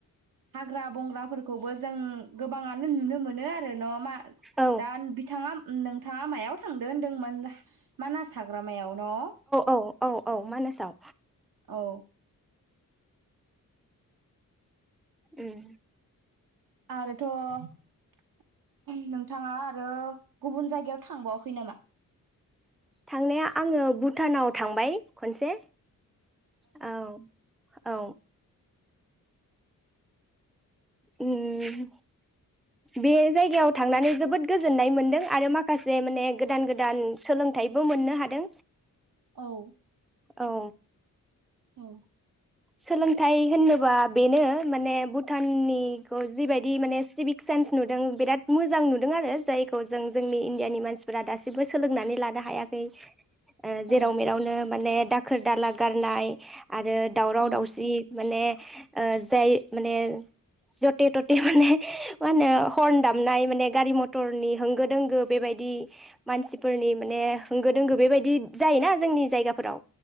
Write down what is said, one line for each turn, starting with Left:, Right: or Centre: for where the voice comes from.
Right: हाग्रा बंग्राफोरखौबो जों गोबाङानो नुनो मोनो आरो न मा
Centre: औ
Right: दा बिथाङा नोंथाङा मायाव थांदों होनदोंमोनबा? मानास हाग्रामायाव न' औ।
Centre: औ औ औ मानासाव
Right: औ।
Centre: उम
Right: आरोथ' नोंथाङा आरो गुबुन जायगायाव थांबावाखै नामा?
Centre: थांनाया आङो भुटानाव थांबाय खनसे औ औ उम बे जायगायाव थांनानै जोबोद गोजोननाय मोनदों आरो माखासे माने गोदान गोदान सोलोंथाइबो मोननो हादों।
Right: औ
Centre: औ
Right: औ।
Centre: सोलोंथाइ होनोबा बेनो माने भुटाननिखौ जिबायदि माने सिभिक सेन्स नुदों बिराद मोजां नुदों आरो जायखौ जों जोंनि इण्डियानि मानसिफोरा दासिमबो सोलोंनानै लानो हायाखै।
Right: औ
Centre: जेराव मेरावनो माने दाखोर दाला गारनाय आरो दावराव
Right: औ
Centre: दावसि माने ओ जाय माने जथे थथे माने मा होनो हरन दामनाय माने गारि मथरनि होंगो दोंगो बेबायदि मानसिफोरनि माने होंगो दोंगो बेबायदि जायोना जोंनि जायगाफोराव